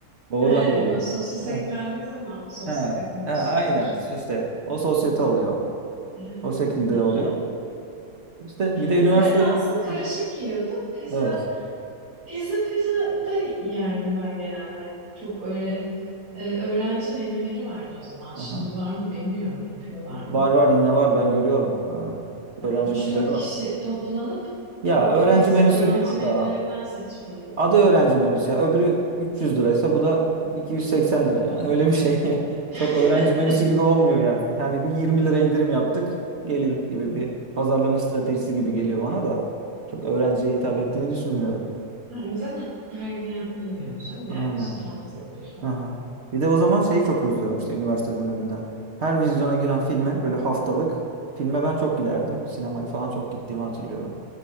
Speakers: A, on the right (about 50°); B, on the right (about 80°).
A: Oradan
B: He,
A: geliyor.
B: bu sosis
A: Ha.
B: eklendiği zaman mı sosyete
A: Ha.
B: kumrusuymuş?
A: Ha, aynen işte o sosyete oluyor.
B: He,
A: O şekilde
B: peki.
A: oluyor. İşte bir de
B: Biz
A: üniversitede.
B: velhasıl karışık
A: Hı.
B: yiyorduk. Pizza
A: Evet.
B: Pizza pizza da yerdim ben genelde. Hani çok öyle e, öğrenci menüleri vardı o zaman. Şimdi
A: Aha.
B: var mı bilmiyorum yapıyorlar mı?
A: Var var yine var ben görüyorum. Ee, öğrenci
B: Üç
A: menüleri
B: dört kişi
A: var.
B: toplanıp
A: Ya
B: o
A: öğrenci
B: pizza
A: menüsü
B: öğrenci
A: diyor
B: menülerinden
A: da
B: seçip yiyorduk.
A: adı öğrenci menüsü ya öbürü 300 liraysa bu da 280 lira yani öyle bir şey. <laughs>
B: <laughs>
A: Çok öğrenci menüsü gibi olmuyor yani. Yani bir 20 lira indirim yaptık. Gelin gibi bir pazarlama stratejisi gibi geliyor bana da. Çok öğrenciye hitap ettiğini düşünmüyorum.
B: Yani sen her gün yapmıyordun canım
A: Aynen.
B: yani işte haftada bir falan.
A: Aha. Bir de o zaman şeyi çok özlüyorum işte üniversite döneminden. Her vizyona giren filme böyle haftalık filme ben çok giderdim. Sinemaya falan çok gittiğimi hatırlıyorum.